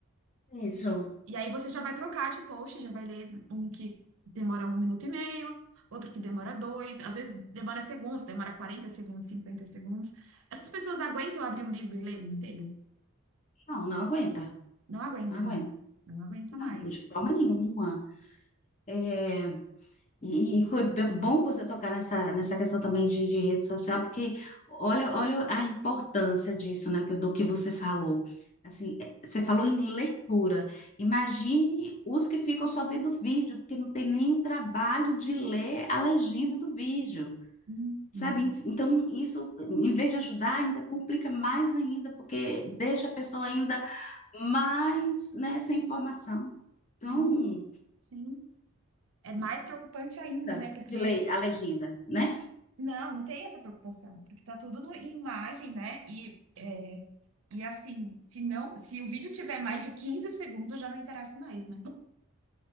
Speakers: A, on the left; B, on the right.
A: Isso.
B: E aí você já vai trocar de post, já vai ler um que demora um minuto e meio, outro que demora dois, às vezes demora segundos, demora 40 segundos, 50 segundos. Essas pessoas aguentam abrir um livro e ler ele inteiro?
A: Não, não aguenta,
B: Não aguenta,
A: não aguenta.
B: né? Não aguenta
A: Não,
B: mais.
A: de forma nenhuma. É, E, e foi bem- bom você tocar nessa, nessa questão também de, de rede social, porque olha, olha a importância disso, né, que- do que você falou. Assim, eh, você falou em leitura. Imagine os que ficam só vendo vídeo, porque não tem nem o trabalho de ler a legenda do vídeo,
B: Uhum.
A: sabe? Então, isso, em vez de ajudar, ainda complica mais ainda, porque deixa a pessoa ainda mais, né, sem informação. Então,
B: Sim, sim. É mais preocupante ainda,
A: tá,
B: né? Porque
A: de ler a legenda, né?
B: não, não tem essa preocupação, porque tá tudo no, em imagem, né? E, é, e assim, se não, se o vídeo tiver mais de 15 segundos, já não interessa mais, né?